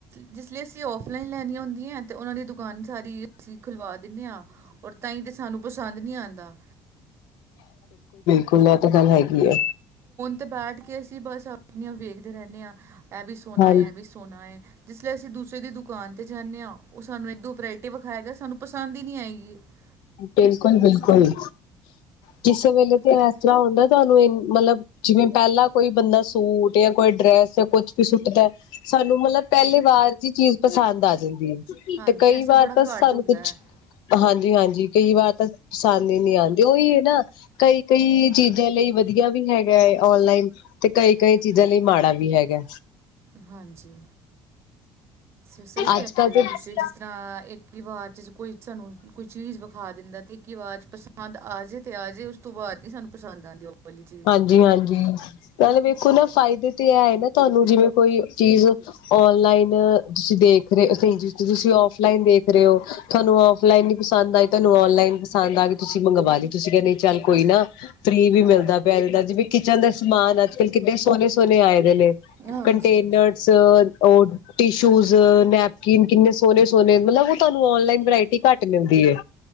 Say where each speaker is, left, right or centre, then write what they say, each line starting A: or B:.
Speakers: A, on the right (about 35°); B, on the left (about 80°).
A: ਜਿਸ ਵੇਲੇ ਅਸੀਂ ਆਫ ਲੈਣੀਆਂ ਹੁੰਦੀਆ। ਤੇ ਉਹਨਾਂ ਦੀ ਦੁਕਾਨ ਸਾਰੀ ਅਸੀਂ ਖੁਲਵਾ ਦਿੰਨੇ ਆ ਔਰ ਤਾਹੀ ਤੇ ਸਾਨੂੰ ਪਸੰਦ ਨਹੀਂ ਆਦਾ
B: ਖੁਲਾ ਤਾਂ ਗੱਲ ਹੈਗੀ ਆ
A: ਤੇ ਬੈਠ ਕੇ ਅਸੀਂ ਬਸ ਆਪਣ ਵੇਖਦੇ ਰਹਿੰਦੇ ਹਾਂ ਇਹ ਵੀ ਸੋਹਣਾ
B: ਹਾਂਜੀ
A: ਹੈ ਇਹ ਵੀ ਸੋਹਣਾ ਹੈ ਜਿਸਲੇ ਅਸੀਂ ਦੂ ਕਿਸੇ ਦੀ ਦੁਕਾਨ ਤੇ ਜਾਨੇ ਆ ਉਹ ਸਾਨੂੰ ਇੱਕ ਦੋ ਵਰਾਇਟੀ ਵਿਖਾਏਗਾ, ਸਾਨੂੰ ਪਸੰਦ ਈ ਨੀ ਹੀ ਨਹੀ ਆਏਂਗੀ ‌।
B: ਬਿਲਕੁਲ-ਬਿਲਕੁਲ। ਕਿਸੇ ਵੇਲੇ ਤੇ
A: ਐਸ-
B: ਇਸ ਤਰ੍ਹਾਂ ਹੁੰਦਾ, ਤੁਹਾਨੂੰ ਇ ਮਤਲਬ, ਜਿਵੇਂ ਪਹਿਲਾਂ ਕੋਈ ਬੰਦਾ ਸੂਟ ਜਾਂ ਕੋਈ ਡਰੈਸ ਜਾਂ ਕੁਛ ਵੀ ਸੁੱਟਦਾ, ਸਾਨੂੰ ਮਤਲਬ ਪਹਿਲੀ ਵਾਰ ਦੀ ਚੀਜ਼ ਪਸੰਦ ਆ ਜਾਂਦੀ ਐ।
A: ਹਾਂਜੀ
B: ਤੇ, ਕਈ
A: ਐਸਾ
B: ਵਾਰ
A: ਬੜਾ
B: ਤਾਂ
A: ਘੱਟ
B: ਸਾਨੂੰ
A: ਹੁੰਦਾ
B: ਕੁਛ
A: ਹੈ
B: ਹਾਂਜੀ-ਹਾਂਜੀ, ਕਈ ਵਾਰ ਤਾਂ ਪਸੰਦ ਹੀ ਨੀ ਆਦੀ, ਉਹੀ ਹੈ ਨਾ ਕਈ ਕਈ ਚੀਜ਼ਾਂ ਲਈ ਵਧੀਆ ਵੀ ਹੈਗਾ ਔਨਲਾਈਨ, ਤੇ ਕਈ ਕਈ ਚੀਜ਼ਾਂ ਲਈ ਮਾੜਾ ਵੀ ਹੈਗਾ।
A: ਹਾਂਜੀ, ਸਹੀ ਕਹਿੰਤੇ
B: ਅੱਜ ਕੱਲ ਤੇ
A: ਔ ਤੁਸੀਂ, ਜਿਸ ਤਰ੍ਹਾਂ ਇੱਕ ਹੀ ਵਾਰ ਕੋਈ ਸਾਨੂੰ ਕੋਈ ਚੀਜ਼ ਖਾ ਦਿੰਦਾ ਤੇ ਕੀ ਆਵਾਜ਼ ਪਸੰਦ ਆ ਜੇ ਤੇ ਆ ਜੇ, ਉਸ ਤੋਂ ਬਾਅਦ ਨੀ ਸਾਨੂੰ ਪਸੰਦ ਆਦੀ, ਉਹ ਵਾਲੀ ਚੀਜ਼
B: ਹਾਂਜੀ-ਹਾਂਜੀ, ਪਹਿਲੇ ਵੇਖੋ ਨਾ ਫਾਇਦੇ ਤੇ ਇਹ ਐ, ਨਾ ਤੁਹਾਨੂੰ ਜਿਵੇਂ ਕੋਈ ਚੀਜ਼ ਔਨਲਾਈਨ, ਤੁਸੀਂ ਦੇਖ ਰਹੇ ਕੇ ਚੀ ਤੁਸੀਂ ਔਫਲਾਈਨ ਦੇਖ ਰਹੇ ਹੋ, ਤੁਹਾਨੂੰ ਔਫਲਾਈਨ ਨੀ ਪਸੰਦ ਆਈ ਤੁਹਾਨੂੰ ਔਨਲਾਈਨ ਪਸੰਦ ਆ ਗਈ, ਤੁਸੀਂ ਮੰਗਵਾ ਲੀ, ਤੁਸੀਂ ਕਿਹਾ ਕੀ ਚੱਲ ਕੋਈ ਨਾ ਫ੍ਰਰੀ ਵੀ
A: ਹਾਂ
B: ਮਿਲਦਾ ਜਿਵੇਂ ਕਿਚਨ ਦਾ ਸਮਾਨ, ਅਜ ਕੱਲ ਕਿਨੇ ਸੋਹਣੇ-ਸੋਹਣੇ ਆਏ। ਨਾ,
A: ਹਾਂਜੀ
B: ਕਟੇਨਸ
A: ਹਾਂਜੀ
B: ਉਹ ਟਿਸ਼ੂਜ ਨੈਪਕਿਨ, ਕਿੰਨੇ ਸੋਹਣੇ-ਸੋਹਣੇ, ਮਤਲਬ ਉਹ ਤੁਹਾਨੂੰ ਔਨਲਾਈਨ ਵਰਾਇਟੀ ਘੱਟ ਮਿਲਦੀ ਐ।